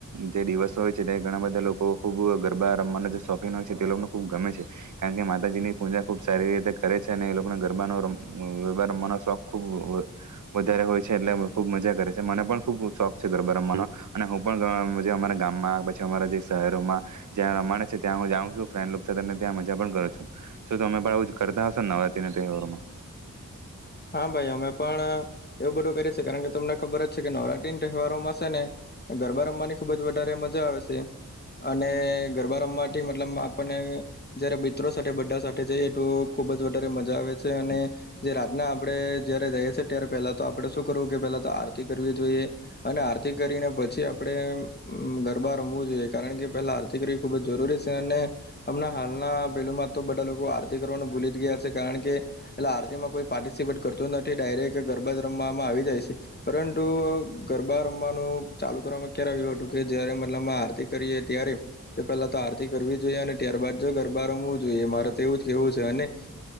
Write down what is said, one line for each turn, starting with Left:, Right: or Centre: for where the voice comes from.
Right: જે દિવસો હોય છે તે ઘણા બધા લોકો ખુબ ગરબા રમવાના જે શોખીન હોય છે તે લોકોને ખુબ ગમે છે કારણ કે માતાજીની પૂજા ખુબ સારી રીતે કરે છે અને એ લોકોને ગરબાનો ગરબા રમવાનો શોખ ખૂબ વધારે હોય છે એટલે ખૂબ મજા કરે છે મને પણ ખૂબ શોખ ગરબા રમવાનો અને હું પણ અમારા ગામમાં પછી અમારા જે શહેરોમાં જ્યાં રમવા છે ત્યાં હું જાઉં છું ફન્ડક સાથે ત્યાં મજા પણ કરું છું શ તમે પણ આવું કરતા હશો ને નવરાત્રી ના તહેવારોમાં
Left: હા ભાઈ અમે પણ એવું બધું કરીએ છેએ કારણ કે તમને ખબર જ છે કે નવરાત્રી તહેવારોમાં છે ને ગરબા રમવાની ખુબ જ વધારે મજા આવે છે અને ગરબા રમવાથી મતલબ આપને જયારે મિત્રો સાથે બધા સાથે જઈએ તો ખુબ જ વધારે મજા આવે છે અને જે ના આપડે જયારે રહીીએ ત્યારે પહેલા તો આપડે શું કરવું કે પેલા તો આરતી કરવી જોઈએ અને આરતી કરીને પછી આપડણે ગરબા રમવું જોઈએ કારણ કે પેલા આરતી કરવી ખૂબ જ જરૂરી છે અને હમણાં હાલના પેલું માં તો બધા લોકો આરતી કરવાનું ભૂલી જ ગયા છે કારણ કે પલે આરતીમાં કોઈ પાર્ટિસિપેટ કરતું નથી ડાયરેક્ટ ગરબા જ રમવામાં આવી જાય છે પરંતુ ગરબા રમવાનું ચાલુ કરવામાં ખ્યાલ આવ્યું હતું કે જયારે મતલબ આરતી કરીએ ત્યારે પહેલા તો આરતી કરવી જ જોઈએ અને ત્યારબાદ જો ગરબા રમવું જોઈએ મારે તો એવું જ કેહેવું છે અને